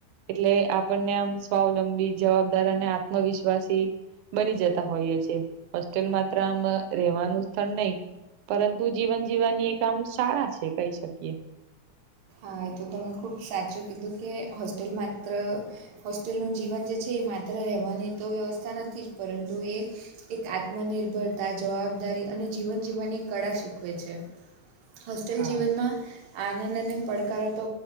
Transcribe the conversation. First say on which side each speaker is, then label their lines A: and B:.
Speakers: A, on the right; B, on the right.
A: એટલે આપણને આમ સ્વાવલંબી જવાબદાર અને આત્મવિશ્વાસી બની જતા હોઈએ છે, હોસ્ટેલ માત્ર આમ રહેેવાનું સ્થળ નહી. પરંતુ જીવન જીવવાની એ કામ સારા છે, કહી શકીએ
B: હ એ તો તને ખૂબ સાચું કીધું કે હોસ્ટેલ માત્ર હોસ્ટેલનું જીવન જે છે, એ માત્ર રહેવાની તો વ્યવસ્થા નથી જ પરંતુ એ એક આત્મનિર્ભરતા જવાબદારી અને જીવન જીવવાની કળા શીખવે છે. હોસ્ટેલ
A: હા
B: જીવનમાં આનંદ અને પડકારો તો